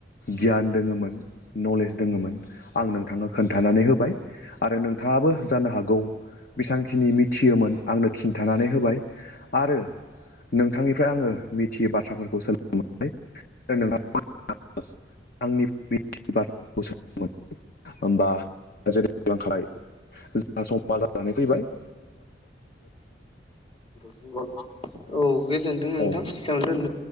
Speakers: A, on the left; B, on the left.
A: गियान दोङोमोन। नलेज दङोममोन आं नोंथाङनो खोन्थानानै होबाय आरो नोंथाङाबो जानो हागौ। बेसबांखिनि मिथियोमोन आंनो खिन्थानानै होबाय आरो नोंथांनिफ्राय आङो मिथियै बाथ्राफोरखौ सोलोंनोबाय नोंथां आंनि <unintelligible> होमबा जेरै <unintelligible> जों समा जानानै फैबाय
B: औ गोजोनथों नोंथां
A: औ
B: बेसेबांनो दोन